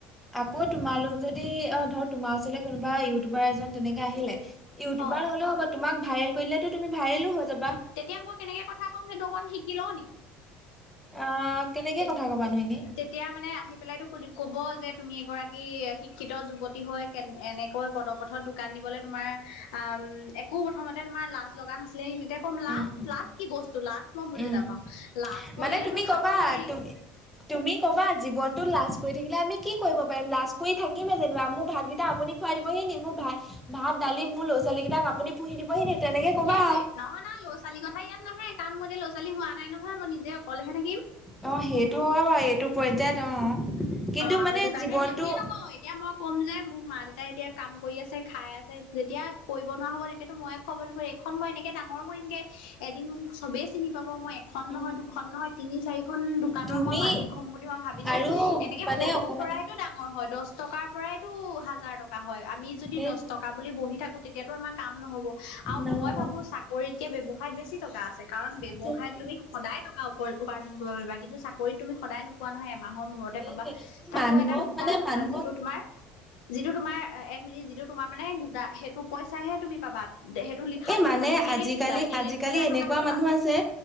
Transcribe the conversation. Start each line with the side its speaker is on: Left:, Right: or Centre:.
Centre: আকৌ তোমালোক যদি অ, ধৰ তোমাৰ ওচৰলৈ কোনোবা ইউটিউবাৰ এজন তেনেকে আহিলে, ইউটিউবাৰ
Left: অ।
Centre: হলে হ'ব, তোমাক ভাইৰেল কৰিলে তুমিতো ভাইৰেলো হৈ যাবা
Left: তেতিয়া মই কেনেকে কথা ক'ম সেইটো অকণ শিকি লওঁ নেকি?
Centre: অ, কেনেকে
Left: তে-তেতিয়া
Centre: কথা কবানো এনেই
Left: মানে আহি পেলাইতো ক-ক'ব যে তুমি এগৰাকী শিক্ষিত যুৱতী হৈ কেনে এনেকৈ পদপথত দোকান দিবলৈ তোমাৰ আহ, উম, একো প্ৰথমতে তোমাৰ লাজ লগা নাছিল লে নেকি? তেতিয়া কম লাজ,
Centre: উম উম
Left: লাজ কি বস্তু? লাজ মই বুজি
Centre: উম
Left: নাপাওঁ, লাজ কৰিলেতো
Centre: মানে তুমি
Left: খাব
Centre: কবা
Left: নোৱাৰি।
Centre: তুমি তুমি কবা জীৱনতো লাজ কৰি থাকিলে আমি কি কৰিব পাৰিম? লাজ কৰি থাকিমে যেনিবা মোৰ ভাতকেইটা আপুনি খুৱাই দিবহে নি? মোক ভাত, ভাত, দালি মোৰ ল'ৰা ছোৱালী কেইটাক আপুনি পুহি দিব হি নি? তেনেকে কবা।
Left: সেইটোৱে নহয় <unintelligible> কথা ইয়াত নাহে, কাৰণ মোৰ এতিয়া ল'ৰা-ছোৱালী হোৱা নাই নহয়, মই নিজে অকলেহে থাকিম।
Centre: অ, সেইটো হয় বাৰু এইটো পৰ্য্যায়ত অ, কিন্তু
Left: অ,
Centre: মানে
Left: সেইটো কাৰণে
Centre: জীৱনটো
Left: সেই বুলি নকওঁ, এতিয়া মই ক'ম যে মোৰ মা দে দেউতাই এতিয়া কাম কৰি আছে, খাই আছে, যেতিয়া কৰিব নোৱাৰা হ'ব তেতিয়াতো ময়ে খুৱাব লাগিব। এইখন মই এনেকে ডাঙৰ হৈ কে এদিন মোক চবেই চিনি পাব। মই এখন নহয়
Centre: উম
Left: দুখন নহয় তিনি, চাৰিখন দোকানৰ
Centre: তুমি
Left: মই মালিক হ'ম বুলি মই ভাবিছোঁ
Centre: আৰু
Left: এক
Centre: মানে
Left: সৰুৰ
Centre: অকমানি
Left: পৰাইতটো ডাঙৰ হয়। দহ টকাৰ পৰাইতো হাজাৰ টকা হয়, আ আমি যদি
Centre: সেইটোৱে
Left: দহ টকা বুলি বহি থাকো, তেতিয়াতো আমাৰ কাম নহ'ব আৰু
Centre: নহ'ব
Left: মই ভাবো চাকৰিতকে ব্যব সাইত বেছি টকা আছে। কাৰণ ব্যৱসায়ত
Centre: সেইটোৱে
Left: তুমি সদায় টকা উপাৰ্জন কৰিব পাৰিবা কিন্তু চাকৰিত তুমি সদায় নোপোৱা নহয় এমাহৰ মূৰতে
Centre: সেইটোৱে
Left: পাবা তাকো
Centre: মানুহক
Left: এটা গোটা
Centre: মানে
Left: পইচা
Centre: মানুহক
Left: যিটো তোমাৰ, যিটো তোমাৰ এ যিটো তোমাৰ মানে গোটা সেইটো পইচাহে তুমি পাবা। সেইটো লিখা
Centre: এই
Left: থাকিব
Centre: মানে
Left: যে ত্ৰিশ
Centre: আজিকালি
Left: হেজাৰ, ত্ৰিশ
Centre: আজিকালি
Left: হেজাৰ
Centre: এনেকুৱা
Left: টকাহে পাবা।
Centre: মানুহ আছে